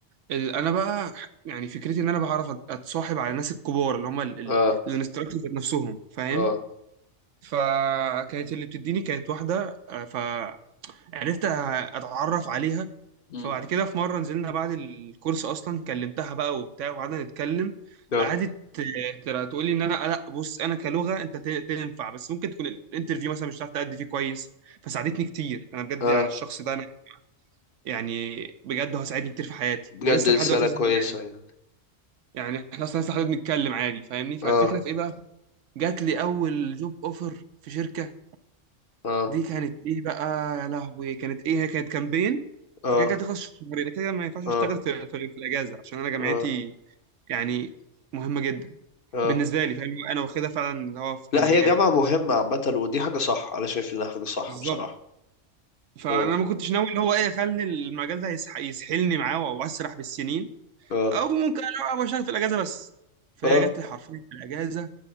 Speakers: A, on the right; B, on the left.
A: ال- انا بقى يعني فكرتي ان انا بعرف أت- اتصاحب على الناس الكبار اللي هم
B: اه
A: الانستراكتورز نفسهم فاهم
B: اه
A: فكانت اللي بتديني كانت واحده آه، فعرفت أ- اتعرف عليها
B: مم.
A: فبعد كده في مره نزلنا بعد الكورس اصلا كلمتها بقى وبتاع وقعدنا نتكلم
B: اه
A: قعدت ترى تقول لي ان انا لا بص انا كلغه انت ت- تنفع بس ممكن تكون الانترفيو مثلا مش هتعرف تأدي فيه كويس فساعدتني كتير انا بجد
B: اه
A: يعني الشخص ده انا يعني بجد هو ساعدني كتير في حياتي
B: بجد
A: ولسه
B: انسانه
A: لحد دلوقتي أصلاً
B: كويسه
A: يعني
B: يعني
A: يعني احنا اصلا لسه حابب نتكلم عادي فاهمني فالفكره
B: اه
A: في ايه بقى جات لي اول جوب اوفر في شركه
B: اه
A: دي كانت ايه بقى يا لهوي كانت ايه هي كانت كامبين
B: اه
A: فكده كده تخلص في شهرين كده كده ما ينفعش
B: اه
A: اشتغل في في, في الاجازه عشان انا جامعتي
B: اه
A: يعني مهمه جدا
B: اه
A: بالنسبه لي فاهم انا واخدها فعلا اللي هو في-
B: لا
A: كمجال
B: هي جامعة مهمة عامة ودي حاجة صح أنا شايف إنها حاجة صح
A: بالظبط
B: بصراحة
A: فانا
B: اه
A: ما كنتش ناوي اللي هو ايه خلني المجال ده يسح- يسحلني معاه واسرح بالسنين
B: اه
A: او ممكن انا اشتغل في الاجازه بس فهي
B: اه
A: جات لي حرفيا في الاجازه